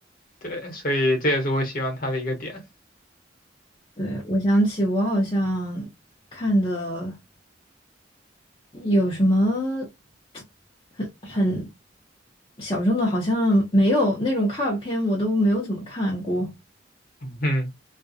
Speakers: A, on the left; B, on the left.
A: 对，所以这也是我喜欢它的一个点。
B: 对，我想起我好像看的有什么很很小众的，好像没有那种卡尔片，我都没有怎么看过。
A: 嗯，